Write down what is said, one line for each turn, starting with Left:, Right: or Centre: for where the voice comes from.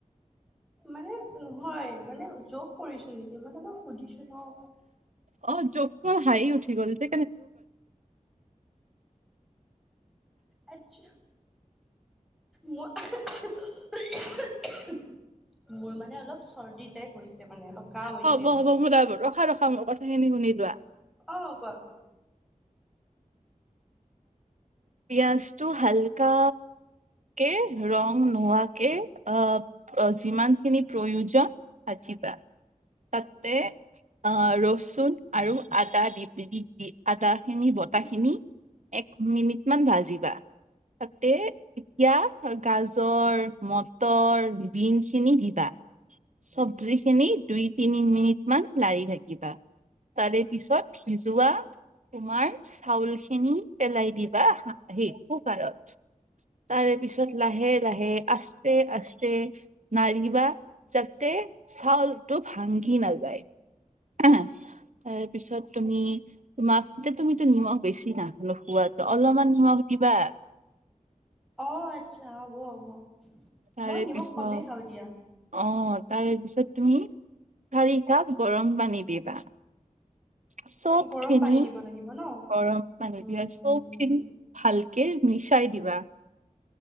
Centre: মানে নহয়, মানে যোগ কৰিছো নেকি?? মানে মই সুধিছো হ
Right: অ জগ হাঁহি উঠি গল দে।
Centre: আত্ছা। মই ওহোঁ, ওহোঁ। মোৰ মানে অলপ চৰ্দিটাইপ হৈছে মানে অলপ কাহ হৈছে।
Right: হ'ব হ'ব মোৰ ৰখা ৰখা কথাখিনি শুনি লোৱা
Centre: অ কোৱা?
Right: পিয়াজটো হালকা কে‌ ৰং নোহোৱাকে আহ যিমান খিনি প্ৰয়োজন ভাজিবা। তাতে আ ৰচুন আৰু আদা দি দি দি আদা খিনি বতা খিনি এক মিনিট মান ভাজিবা, তাতে এতিয়া গাজৰ, মটৰ, বিন খিনি দিবা। চব্জি খিনি দুই তিনি মিনিট মান লাৰি থাকিবা তাৰে পিছত সিজোৱা তোমাৰ । চাউল খিনি পেলাই দিবা হা সেই কুকাৰত, তাৰে পিছত লাহে-লাহে আস্তে- আস্তে নাৰিবা যাতে । চাউল । তো ভাংগি নাযায়। অহ তাৰে পিছত তুমি তোমাক এতিয়া তুমিতো নিমখ বেছি না হোৱাতো অলপমান হোৱা বুলি - কিবা ।
Centre: অ আচ্ছা হ'ব-হ'ব।
Right: তাৰে
Centre: মই নিমখ
Right: পিছত
Centre: কমেই খাও দিয়া।
Right: অ তাৰে পিছত তুমি চাৰি কাপ গৰম পানী দিবা । চব
Centre: গৰম
Right: খিনি
Centre: পানী দিব লাগিব ন
Right: গৰম মানে
Centre: উম
Right: <unintelligible> খিনি ভালকে কে মিছাই দিবা ।